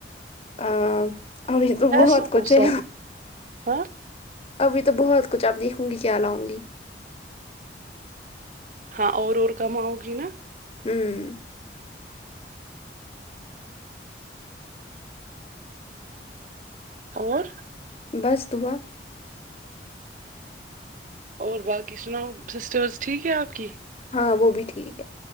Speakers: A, on the left; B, on the right.
A: ا ابھی تو
B: پیسوں
A: بہت
B: کو
A: کچھ
B: سالو
A: ہے
B: ہاں
A: ابھی تو بہت کچھ اپ دیکھوں گی کیا لاؤں گی
B: ہاں اور اور کم آؤ گی نا
A: ہممم
B: اور
A: بس دعا
B: اور باقی سناؤ سسٹرس ٹھیک ہے آپ کی
A: ہاں وہ بھی ٹھیک ہے